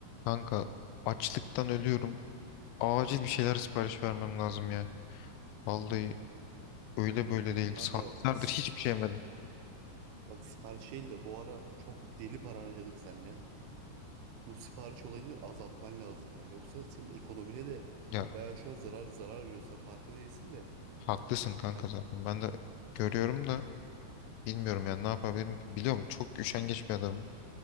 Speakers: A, on the left; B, on the right.
A: Kanka açlıktan ölüyorum. Acil bir şeyler sipariş vermem lazım ya. Vallahi öyle böyle değil.
B: Kanka
A: Saatlerdir
B: sip-
A: hiçbir
B: sip-
A: şey yemedim.
B: bak sipariş değil de bu ara çok deli para harcadık seninle. Bu sipariş olayını azaltman lazım yani. Yoksa senin ekonomine de
A: Ya
B: bayağı şu an zarar zarar veriyorsa farkı değilsin de.
A: haklısın kanka
B: Yani
A: zaten. Ben de görüyorum da bilmiyorum ya ne yapabilirim ki. Biliyorum çok üşengeç bir adamım.